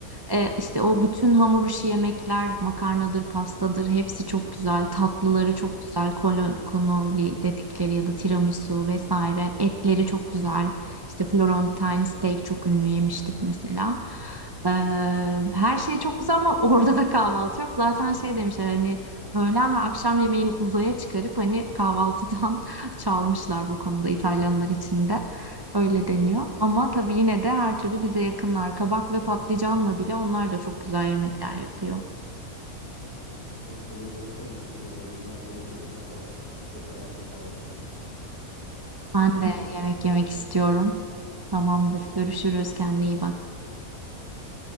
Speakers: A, on the right; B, on the left.
A: E, işte o bütün hamur işi yemekler, makarnadır, pastadır, hepsi çok güzel. Tatlıları çok güzel. Kolo- Cannoli dedikleri ya da tiramisu vesaire. Etleri çok güzel. İşte Florentine steak çok ünlü yemiştik mesela. Ee, her şey çok güzel ama <laughs> orada da kahvaltı yok. Zaten şey demişler hani öğlen ve akşam yemeğini uzaya çıkarıp hani kahvaltıdan <laughs> çalmışlar bu konuda İtalyanlar için de. Öyle deniyor. Ama tabii yine de her türlü bize yakınlar. Kabak ve patlıcanla bile onlar da çok güzel yemekler yapıyor.
B: Hı. Bu Konuşma beni çok <laughs> acıktırdı Nergiz. Ben bir yemek yedikten sonra tekrardan seni ararım. Görüşmek
A: Ben de
B: üzere.
A: yemek yemek istiyorum. Tamamdır.
B: <laughs>
A: Görüşürüz. Kendine iyi bak.
B: Bay bay.